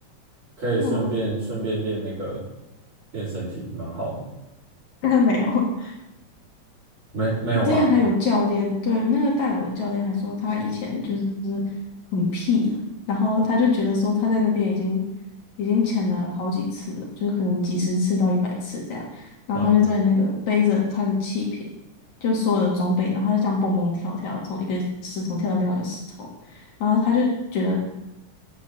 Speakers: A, on the right; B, on the left.
A: 可以顺便顺便练那个
B: 对啊，
A: 练身体，蛮好的。
B: <laughs> 没有。
A: 没没有吗？
B: 我之前还有教练，对，那个带我的教练还说他以前就是很屁，然后他就觉得说他在那边已经已经潜了好几次了，就是可能几十次到一百次这样，然后他就在那个背着他的气瓶，
A: 嗯，
B: 就所有的装备，然后他就这样蹦蹦跳跳，从一个石头跳到另外一个石头，然后他就觉得